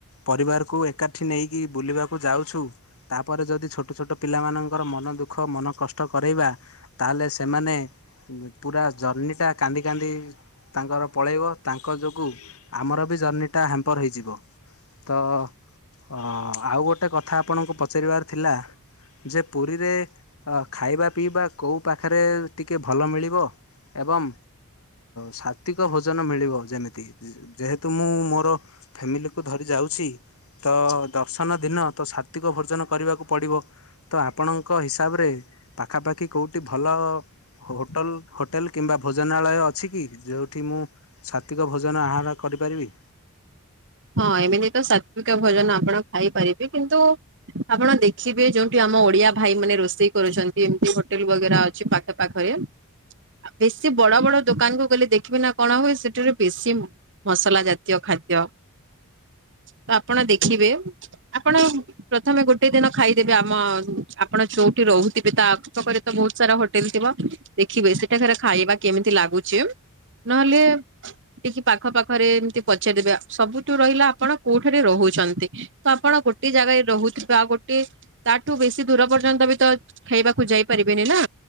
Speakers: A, on the left; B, on the right.
A: ପରିବାରକୁ ଏକାଠି ନେଇକି ବୁଲିବାକୁ ଯାଉଛୁ ତାପରେ ଯଦି ଛୋଟ ଛୋଟ ପିଲାମାନଙ୍କର ମନ ଦୁଃଖ ଓ ମନ କଷ୍ଟ କରେଇବା ତାହେଲେ ସେମାନେ ପୁରା ଜର୍ନି ଟା କାନ୍ଦି କାନ୍ଦି ତାଙ୍କର ପଳେଇବ। ତାଙ୍କ ଯୋଗୁଁ ଆମର ବି ଜର୍ଣ୍ଣିିଟା ହ୍ୟାମ୍ପର ହେଇଯିବ। ତ ଆଉ ଗୋଟେ କଥା ଆପଣଙ୍କୁ ପଚାରିବାର ଥିଲା ଯେ ପୁରୀରେ ଖାଇବା ପିଇବା କୋଉ ପାଖରେ ଟିକଏ ଭଲ ମିଳିବ ଏବଂ ସାତ୍ତ୍ଵିକ ଭୋଜନ ମିଳିବ ଯେମିତି? ଯେହେତୁ ମୁଁ ମୋର ଫ୍ୟାମିଲିକୁୁ ଧରି ଯାଉଛି ତ ଦର୍ଶନ ଦିନ ତ ସାତ୍ତ୍ୱିକ ଭୋଜନ କରିବାକୁ ପଡ଼ିବ। ତ ଆପଣଙ୍କ ହିସାବରେ ପାଖାପାଖି କୋଉଠି ଭଲ ହୋଟେଲ ହୋଟେଲ କିମ୍ବା ଭୋଜନାଳୟ ଅଛି କି? ଯେଉଁଠି ମୁଁ ତ୍ୱିକ ଭୋଜନ ଆହାର କରିପାରିବି?
B: ହଁ ଏମିତି ତ ସାତ୍ଵିକ ଭୋଜନ ଆପଣ ଖାଇପାରିବେ କିନ୍ତୁ ଆପଣ ଦେଖିବେ ଯୋଉଠି ଆମ ଓଡିଆ ଭାଇ ମାନେ ରୋଷେଇ କରୁଛନ୍ତି ଏମିତି ହୋଟେଲ ବଗେରା ଅଛି ପାଖ ପାଖରେ। ବେଶୀ ବଡ ବଡ ଦୋକାନ କୁ ଗଲେ ଦେଖିବି ନା କଣ ହୁଏ ସେଠାରୁ ବେଶୀ ମୁ ମସଲା ଜାତୀୟ ଖାଦ୍ୟ। ତ ଆପଣ ଦେଖିବେ ଆପଣ ପ୍ରଥମେ ଗୋଟେ ଦିନ ଖାଇଦେବେ ଆମ ଆପଣ ଯୋଉଠି ରହୁଥିବେ ତା ଆଖି ପାଖରେ ବହୁତ ସାରା ହୋଟେଲ ଥିବ ଦେଖିବେ ସେଠାକାର ଖାଇବା କେମିତି ଲାଗୁଛି। ନହେଲେ ଟିକେ ପାଖ ପାାଖରେ ଏମତି ପଚାରଦେବେ ସବୁ ରହିଲା ଆପଣ କୋଉଠାରେ ରହୁଛନ୍ତି ତ ଆପଣ ଗୋଟେ ଜାଗାରେ ରହୁଥିବେ ଆଉ ଗୋଟେ ତାଠୁ ବେଶୀ ଦୂର ପର୍ଯ୍ୟନ୍ତ ବି ତ ଖାଇବାକୁ ଯାଇ ପାରିବେନି ନା?